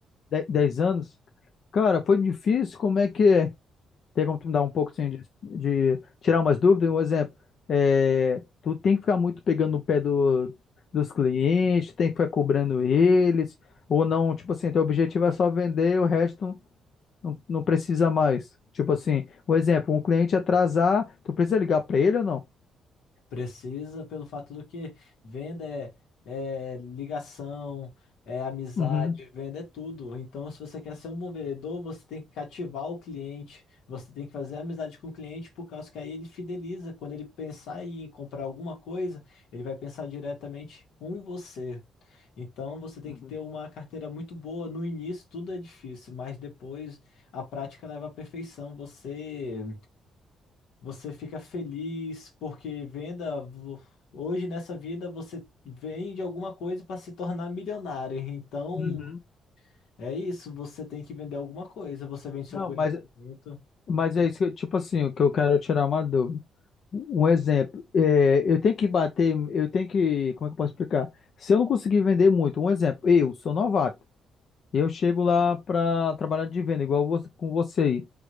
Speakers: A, on the left; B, on the left.
A: de- 10 anos. Cara, foi difícil. Como é que é? Tem como tu me dar um pouco assim, de, de tirar umas dúvidas? Um exemplo, é, tu tem que ficar muito pegando no pé do, dos clientes, tem que ficar cobrando eles, ou não? Tipo assim, teu objetivo é só vender, o resto não, não precisa mais. Tipo assim, um exemplo, um cliente atrasar, tu precisa ligar pra ele ou não?
B: Precisa pelo fato do que venda é, é ligação, é amizade,
A: Uhum,
B: venda é tudo. Então, se você quer ser um bom vendedor, você tem que cativar o cliente, você tem que fazer amizade com o cliente, por causa que aí ele fideliza. Quando ele pensar em comprar alguma coisa, ele vai pensar diretamente com você. Então, você tem
A: uhum,
B: que ter uma carteira muito boa. No início, tudo é difícil, mas depois a prática leva à perfeição. Você. Você fica feliz porque venda. vo- Hoje nessa vida você vende alguma coisa para se tornar milionário. Então
A: uhum.
B: é isso, você tem que vender alguma coisa. Você vende seu
A: Não,
B: conhecimento.
A: mas, mas é isso que, tipo assim, o que eu quero tirar uma dúvida. Um exemplo, é, eu tenho que bater, eu tenho que, como é que eu posso explicar? Se eu não conseguir vender muito, um exemplo, eu sou novato, eu chego lá para trabalhar de venda, igual você, com você aí.